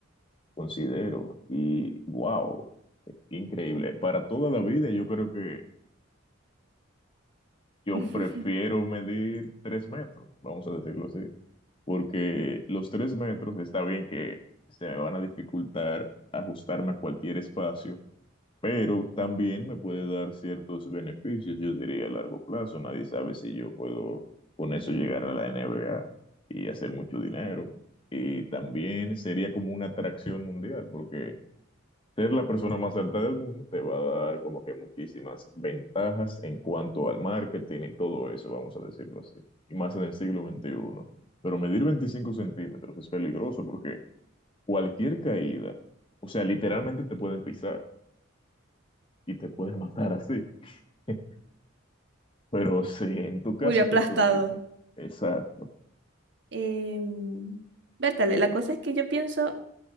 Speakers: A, on the left; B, on the right.
A: considero. Y wow, increíble. Para toda la vida yo creo que yo
B: <laughs>
A: prefiero medir tres metros, vamos a decirlo así, porque los tres metros está bien que se me van a dificultar ajustarme a cualquier espacio, pero también me puede dar ciertos beneficios, yo diría a largo plazo. Nadie sabe si yo puedo con eso llegar a la NBA y hacer mucho dinero. Y también sería como una atracción mundial, porque ser la persona más alta del mundo te va a dar como que muchísimas ventajas en cuanto al marketing y todo eso, vamos a decirlo así, y más en el siglo veintiuno. Pero medir 25 centímetros es peligroso porque cualquier caída, o sea, literalmente te pueden pisar y te pueden matar así. <laughs> Pero sí, en tu caso
B: Muy aplastado.
A: que tú eliges, exacto.
B: Em, Bertale, la cosa es que yo pienso